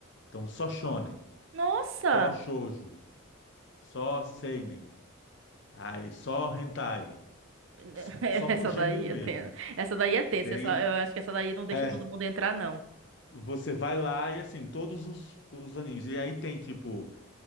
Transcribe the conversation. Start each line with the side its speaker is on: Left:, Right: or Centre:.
Left: Então, só shonen,
Right: Nossa!
Left: só shoujo, só seinen. Aí só hentai,
Right: <laughs>
Left: só
Right: Essa
Left: por gênero
Right: daí
Left: mesmo.
Right: é tensa. Essa daí é tensa.
Left: Tem.
Right: Essa- eu acho que essa daí não deixa
Left: É,
Right: todo mundo entrar, não.
Left: você vai lá e assim, todos os, os animes. E aí tem, tipo,